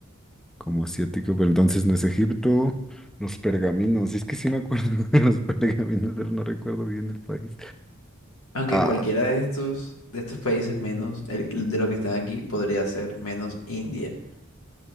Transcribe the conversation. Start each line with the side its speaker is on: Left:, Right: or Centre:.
Centre: como asiático, pero entonces no es Egipto. Los pergaminos, es que sí me acuerdo <laughs> de los pergaminos, pero no recuerdo bien el país.
Left: Aunque
Centre: Ah,
Left: cualquiera de estos, de estos países menos el- de los que están aquí podría ser menos India.